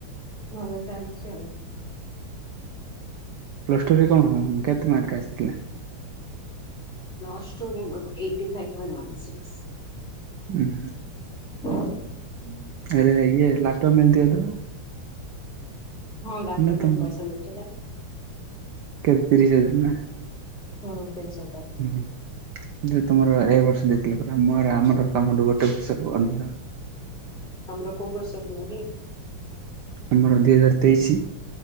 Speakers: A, on the left (about 30°); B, on the right (about 70°).
A: ଭଲ ଚାଲିଚି ଆଉ।
B: ପ୍ଲସ ଟୁ ରେ କଣ କେତେ ମାର୍କ ଆସିଥିଲା?
A: ପ୍ଲସ ଟୁ ମୋର ଏଇଟି ଫାଇ୍ ପଣ୍ଟନ୍ ସିକ୍ସ୍। <unintelligible>
B: ହୁଁ।
A: ହଁ <unintelligible>
B: ଆରେ ଇଏ ଲାପଟପ୍ ମିଳିଥିବତ?
A: ହଁ ଲାଟୁ
B: ନା ତମ
A: ନାଇଁ ପଇସା ନଉଥିଲା।
B: କେତ ତିରିଶ ହଜାର ନା?
A: ହଁ ତିରିଶ ହଜାର।
B: ହୁଁ ଯେ ତମର ଏଇ ବର୍ଷ ଦେଇଥିଲେ ପରା ମୋର ଆମର ତମଠୁ ଗୋଟେ ବର୍ଷରୁ ଅଧିକ।
A: ତମର କୋଉ ବର୍ଷ ଥିଲା କି?
B: ଆମର ଦୁଇ ହଜାର ତେଇଶି।